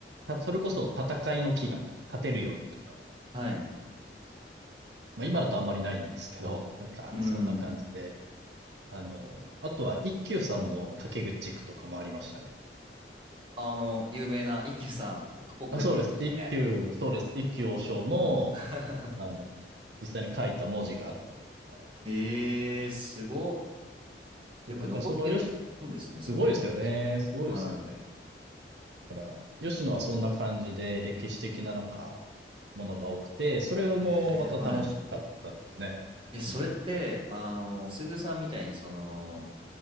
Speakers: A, on the right; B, on the right.
A: たそれこそ戦いの祈願とか、勝てるようにとか、
B: はい。
A: まあ今だとあんまりないんですけど、なんかそんな感じで、
B: うん。
A: あの、あとは一休さんの掛け口句とかもありましたね。
B: あの、有名な一休さん、ポクポクの人ですよね。
A: あ、そうです。一休、そうです。一休和尚の、
B: <laughs>
A: あの、実際に書いた文字があったりとか。
B: ええー、すごっ。
A: そう、
B: よく残ってる本ですね、
A: だからそのよし、
B: そういうの。
A: すごいですよね。すごいですよね。
B: は
A: だから、吉野はそんな感じで歴史的ななんか、ものが多くて、それもまた楽しかったですね。
B: い。ええはい。え、それって、
A: うん。
B: あの、すぐるさんみたいに、その、